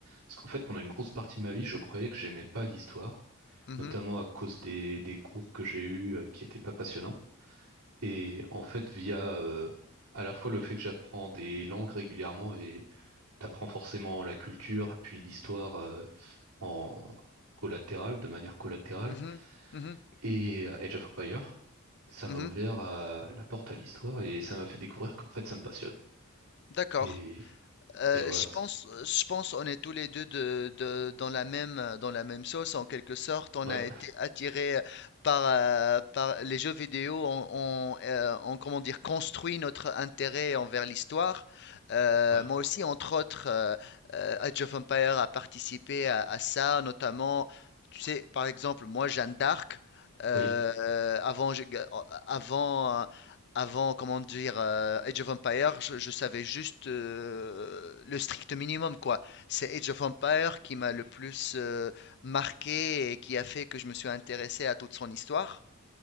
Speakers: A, on the right; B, on the left.
A: Parce qu'en fait, pendant une grosse partie de ma vie, je croyais que j'aimais pas l'histoire,
B: Mhm,
A: notamment à cause des, des cours que j'ai eus euh, qui étaient pas passionnants. Et en fait, via euh, à la fois le fait que j'apprends des langues régulièrement et t'apprends forcément la culture, puis l'histoire euh, en collatéral, de manière collatérale,
B: mhm, mhm,
A: et euh, Age of Empires, ça
B: mhm.
A: m'a ouvert à- la porte à l'histoire et ça m'a fait découvrir qu'en fait ça me passionne.
B: D'accord.
A: Et,
B: Euh,
A: et voilà.
B: je
A: c'est-
B: pense, euh, je pense, on est tous les deux de, de- dans la même, euh, dans la même sauce en quelque sorte. On
A: Ouais,
B: a été attirés euh, par, euh, par les jeux vidéo. On, on, euh, on, comment dire, construit notre intérêt envers l'histoire. Euh,
A: ouais,
B: moi aussi, entre autres, euh, euh, Age of Empires a participé à, à ça, notamment. Tu sais, par exemple, moi, Jeanne d'Arc. euh,
A: oui,
B: euh, avant, je- euh, avant avant, comment dire, euh, Age of Empire, je, je savais juste euh, le strict minimum, quoi. C'est Age of Empire qui m'a le plus euh, marqué et qui a fait que je me suis intéressé à toute son histoire.